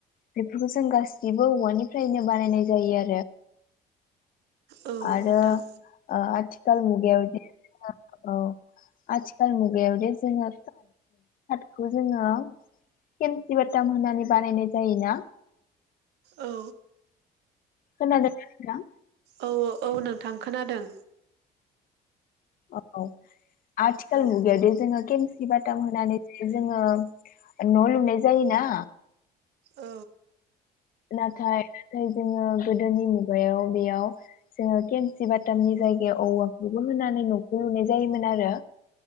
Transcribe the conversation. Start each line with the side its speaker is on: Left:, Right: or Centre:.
Left: बेफोरखौ जों गासिबो औवानिफ्रायनो बानायनाय जायो
Right: औ
Left: आरो
Right: नोंथां
Left: आरो आथिखाल मुगायावदि औ आथिखाल मुगायावदि जोङो बे जोङो केमसि बाटाम होनानै बानायनाय जायोना
Right: औ
Left: खोनादों ना नोंथां
Right: औ औ नोंथां खोनादों
Left: औ आथिखाल
Right: औ
Left: मुगायाव दे जोङो केम मसि बाथाम होनानै जोङो न' लुनाय जायोना
Right: औ
Left: नाथाय नाथाय जोङो गोदोनि मुगायाव बेयाव जोङो खेसि बाथामनि जायगायाव औवाखौबो होनानै न'खौ लुनाय जायोमोन आरो